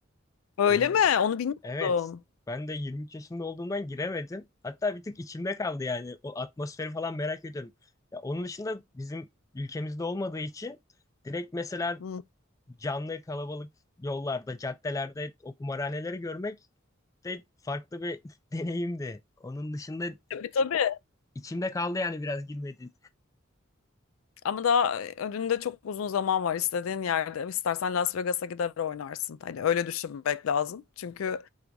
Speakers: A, on the left; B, on the left.
A: Öyle
B: Benim
A: mi?
B: de
A: Onu bilmiyordum.
B: evet. Ben de 23 yaşımda olduğumdan giremedim. Hatta bir tık içimde kaldı yani. O atmosferi falan merak ediyorum. Ya onun dışında bizim ülkemizde olmadığı için direkt mesela
A: Hı.
B: canlı kalabalık yollarda, caddelerde o kumarhaneleri görmek de farklı bir <laughs> deneyimdi. Onun dışında
A: Tabii tabii.
B: içimde kaldı yani biraz girmedi.
A: Ama daha e, önünde çok uzun zaman var istediğin yerde. İstersen Las Vegas'a gider oynarsın. Hani öyle düşünmek lazım. Çünkü